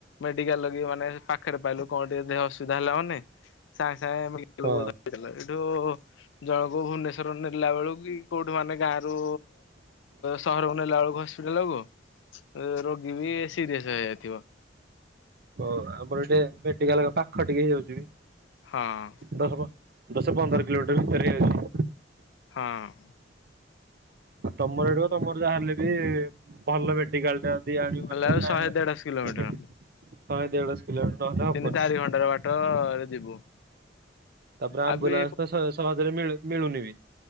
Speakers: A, on the left; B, on the right.
A: ମେଡିକାଲ କି ମାନେ ପାଖରେ ପାଇଲୁ କଣ ଟିକେ ଦେହ ଅସୁବିଧା ହେଲା ହବନି। ସାଙ୍ଗେ ସାଙ୍ଗେ <unintelligible>
B: ହଁ।
A: ଏଇଠୁ ଜଣକୁ ଭୁବନେସ୍ୱର ନେଲା ବେଳକୁ କି କୋଉଠୁ ମାନେ ଗାଁରୁ ସହରକୁ ନେଲା ବେଳକୁ ହସ୍ପିଟାଲକୁ ରୋଗୀ ବି ସିରିଅସ ହେଇଯାଇଥିବ।
B: ହ ଆମର ଟିକେ ମେଡିକାଲ ପାଖ ଟିକେ ହେଇଯାଉଛି ବି।
A: ହଁ।
B: ଦଶ ଦଶ ପନ୍ଦର କିଲୋମିଟର ଭିତରେ ଯାଉଛି।
A: ହଁ।
B: ଆଉ ତମର ଏଠ ତମର ଯାହାହେଲେ ବି ଭଲ ମେଡିକାଲ ଟା ଯି ଆଣିବ
A: ହେଲା
B: ମାନେ
A: ବେଳକୁ
B: ନା
A: ଶହେ ଦେଢଶ କିଲୋମିଟର।
B: କେତେ ଶହେ ଦେଢଶ କିଲୋମିଟର ନହଲେ ହଵ
A: ତିନି ଚାରି ଘଣ୍ଟାର ବାଟ ଟରେ ଯିବୁ।
B: ତାପରେ ଆମ୍ବୁଲାନ୍ସ
A: ଆଉ ବି
B: ତ ସହ ସହଜରେ ମିଳୁ ମିଳୁନି ବି।